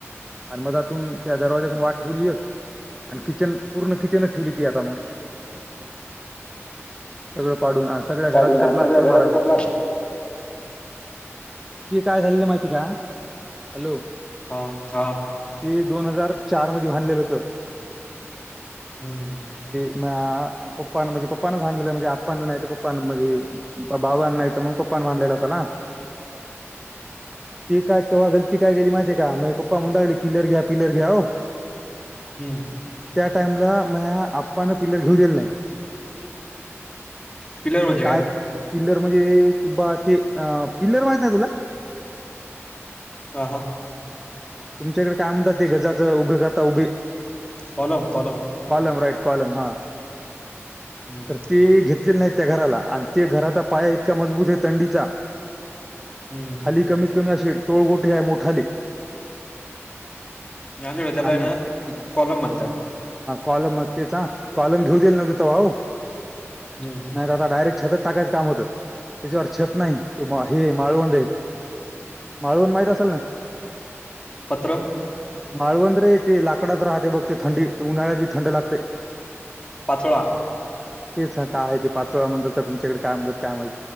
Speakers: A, in the centre; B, on the left.
A: आणि मग त्यातुन त्या दरवाजा वाट ठेवली एक. आणि किचन पूर्ण किचनच ठेवली की आता मग. सगळं पाडून. आणि सगळ्या घराच
B: काढून
A: तर प्लास्टर
B: सगळ्या घरात
A: मारायलो.
B: त्या प्लास्टिक
A: त काय झालेले माहिती का? हॅलो
B: ह हा
A: ते दोन हजार चार मध्ये बांधलेलं होत.
B: हम्म
A: मह्या पप्पान म्हणजे पप्पानं बांधलेलं. म्हणजे आप्पाने नाही तर प प्प म्हणजे बाबां नाही तर मग पप्पाने बांधलेला असेल ना. ते काय तेव्हा गलती काय केली माहितीय का? माझे पप्पा म्हणू लागले पिल्लर घ्या पिल्लर घ्या हो
B: हम्म
A: टाईमला माह्या आप्पान पिलर घेऊ दिल नाही.
B: पिलर म्हणजे
A: आणि काय पिल्लर म्हणजे किंवा ते अ पिल्लर माहित नाही तुला.
B: हा हा
A: तुमच्याकडे काय म्हणतात. ते गजाच उभे करता उभे.
B: Column column.
A: Column right column हा
B: हम्म
A: तर ते घेतले नाही. त्या घराला आणि घराचा पाया इतका मजबूत आहे. तंडीचा
B: हम्म
A: खाली कमी कमी अशी टोळगोटी हाय असे मोठाले.
B: आमच्याकडे त्याला
A: आणि
B: ना कॉलम म्हणतात.
A: कलम म तेच कॉलम घेऊ दिले नव्हते तेव्हा. हो
B: हम्म
A: नाहीत दादा डायरेक्ट छत टाकायच होत. त्याच्यावर छत नाही. ते हे माळवंद हे माळवंद माहित असेल ना.
B: पत्र
A: माळवंद रे ते लाकडात राहते. ते थंडी उन्हाळ्यात बी थंड लागतय.
B: पाचोळा.
A: तेच का आहे ते पाच वेळा मंतर का तुमच्याकडे काय म्हणत काय माहि